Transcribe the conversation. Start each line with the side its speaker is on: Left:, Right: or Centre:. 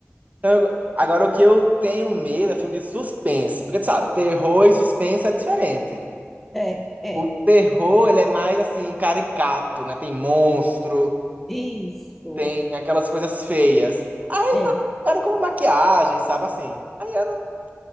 Right: Então, eu- agora, o que eu tenho medo é filme de suspense, porque tu sabe, terror e suspense é diferente.
Centre: É, é,
Right: O terror, ele é mais assim, caricato, né? Tem monstro,
Centre: isso,
Right: tem aquelas coisas feias. Aí,
Centre: é.
Right: pra- cara, como maquiagem, sabe assim? Aí eu não